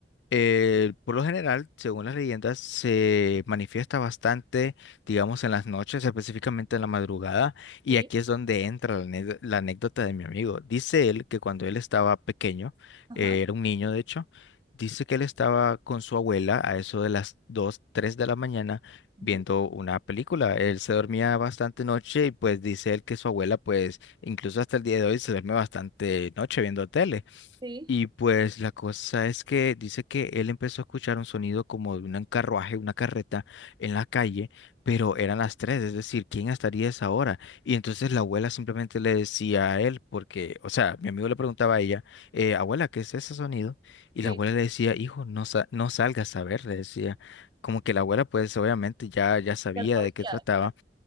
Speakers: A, on the left; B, on the right.
A: Eh, por lo general, según las leyendas, se manifiesta bastante, digamos, en las noches, específicamente en la madrugada, y
B: sí.
A: aquí es donde entra la, ane- la anécdota de mi amigo. Dice él que cuando él estaba pequeño,
B: Ajá.
A: eh, era un niño de hecho, dice que él estaba con su abuela a eso de las 2, 3 de la mañana
B: ujú.
A: viendo una película. Él se dormía bastante noche y pues dice él que su abuela, pues incluso hasta el día de hoy, se duerme bastante noche viendo tele.
B: Sí,
A: Y pues la cosa es que dice que él empezó a escuchar un sonido como de un carruaje, una carreta en la calle, pero eran las tres, es decir, ¿quién estaría a esa hora? Y entonces la abuela simplemente le decía a él, porque, o sea, mi amigo le preguntaba a ella, "Eh, abuela, ¿qué es ese sonido? Y la
B: sí.
A: abuela le decía, hijo, no, sa- no salgas a ver, le decía, como que la abuela pues obviamente ya, ya sabía
B: Ya sabes
A: de qué
B: ya-
A: trataba.
B: ya-